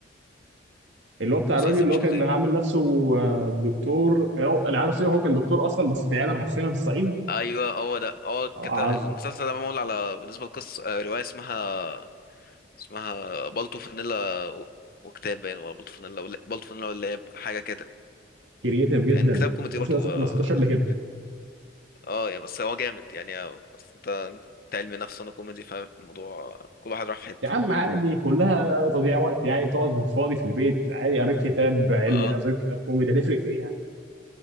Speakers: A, on the right (about 80°); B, on the left (about 50°).
A: اللي هو بتاع
B: مسلسل
A: الراجل اللي
B: مش
A: هو كان
B: كتاب
A: عامل نفسه آه، دكتور يعني هو- اللي عامل نفسه هو كان دكتور اصلا بس في عياده معفنه في الصعيد
B: ايوه هو ده هو
A: آه،
B: كتاب
A: عارفه
B: المسلسل ده معمول على بالنسبه لقصه آه، روايه اسمها اسمها بالطو فانيلا و- وكتاب باين ولا بالطو فانيلا ولا بالطو فانيلا واللاب حاجه كده
A: كرييتيف جدا
B: يعني كتاب كوميدي
A: لسه
B: برضو
A: لسه
B: اه
A: ما سمعتوش قبل
B: لا.
A: كده
B: آه، يا بس هو جامد يعني آه، بس انت انت علمي نفس انا كوميدي فالموضوع آه، كل واحد راح في حته
A: يا عم عادي كلها تضييع وقت يعني تقعد فاضي في البيت عادي قريت كتاب علمي
B: اه
A: نفسك قريت كتاب كوميدي هتفرق في ايه يعني